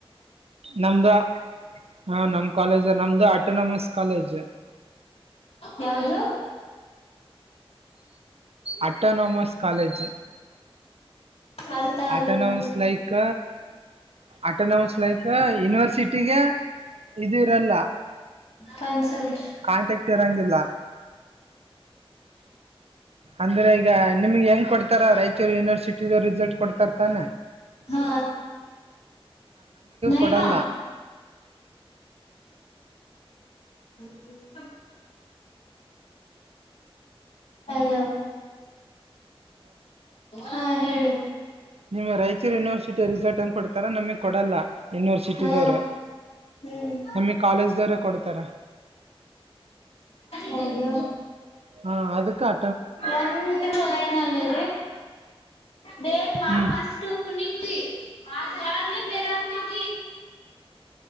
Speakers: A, on the right; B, on the left.
A: ನಮ್ದ ಹಾ ನಮ್ ಕಾಲೇಜ್ ನಮ್ದು ಆಟೋನಮಸ್ ಕಾಲೇಜ್
B: ಯವುದು
A: ಆಟೋನೊಮಸ್ ಕಾಲೇಜ್
B: ಅರ್ಥ ಆಗಿಲ್ಲ
A: ಅಟನಮಸ್
B: ಬಿಡಿ
A: ಲೈಕ್ ಅಟನಸ್ ಲೈಕ್ ಯೂನಿವರ್ಸಿಟಿಗೆ ಇದು ಇರಲ್ಲ
B: ಕನ್ಸಲ್ಟ್
A: ಕಾಂಟ್ಯಾಕ್ಟ್ ಇರಂಗಿಲ್ಲ ಅಂದ್ರೆ ಈಗ ನಿಮ್ಗೆ ಹೆಂಗ್ ಕೊಡ್ತಾರ ರಾಯಚೂರು ಯೂನಿವರ್ಸಿಟಿದ ರಿಸಲ್ಟ್ ಕೊಡ್ತಾರ ತಾನ
B: ಹ ನಯಮಾ
A: ಕೊಡಲ್ಲ
B: ಹ್ಮ ಹ ಹಾ ಹೇಳಿ
A: ನಿಮ್ ರಾಯಚೂರು ಯನಿವರ್ಸಿಟಿ ರಿಸರ್ಟ್ ಎಂಗ್ ಗ್ ಕೊಡ್ತಾರ ನಮಗ್ ಕೊಡಲ್ಲ ಯೂನಿವರ್ಸಿಟಿದವರು
B: ಹಾ ಹ್ಮ್
A: ನಮಗ್ ಕಾಲೇಜ ದವ್ರೆ ಕೊಡ್ತಾರ
B: ಹೌದು
A: ಹಾ ಅದಕ್ಕೆ ಅ
B: ಒಂದಲೈನಲ್ಲಿರಿ ದ ಮಾ
A: ಹ್ಞೂ
B: ಮಫಸ್ಟ ಮುಿ ಕು ಮಾ ಯ ಮೇ ಹ <unintelligible>